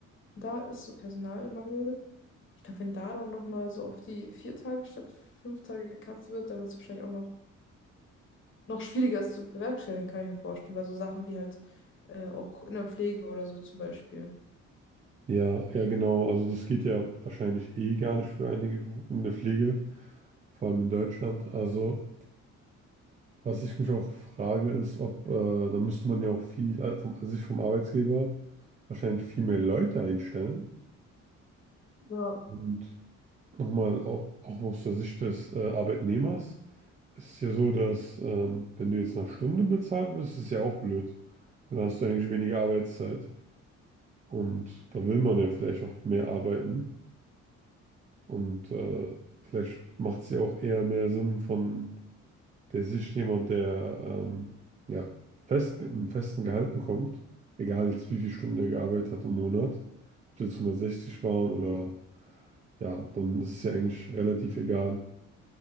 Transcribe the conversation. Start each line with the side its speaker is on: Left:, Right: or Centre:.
Left: da ist, so Personalmangel. Ich glaube, wenn da dann nochmal so auf die vier Tage statt fünf Tage gekatzt wird, dann wird es wahrscheinlich auch noch noch schwieriger ist zu bewerkstelligen, kann ich mir vorstellen, weil so Sachen wie halt äh, auch in der Pflege oder so zum Beispiel.
Right: Ja, ja, genau. Also das geht ja wahrscheinlich eh gar nicht für einige Beru- in der Pflege, vor allem in Deutschland. Also was ich mich auch frage, ist, ob, äh, da müsste man ja auch viel, äh, vom, sich vom Arbeitgeber wahrscheinlich viel mehr Leute einstellen.
Left: Ja,
Right: Und nochmal, auch, auch aus der Sicht des, äh, Arbeitnehmers, ist es ja so, dass, ähm, wenn du jetzt nach Stunde bezahlt wirst, ist es ja auch blöd. Weil Dann hast du eigentlich weniger Arbeitszeit und da will man ja vielleicht auch mehr arbeiten. Und äh, vielleicht macht es ja auch eher mehr Sinn von der Sicht jemand, der ähm, ja, fest, einen festen Gehalt bekommt, egal jetzt wie viele Stunden er gearbeitet hat im Monat, ob das jetzt 160 waren oder ja, dann ist es ja eigentlich relativ egal.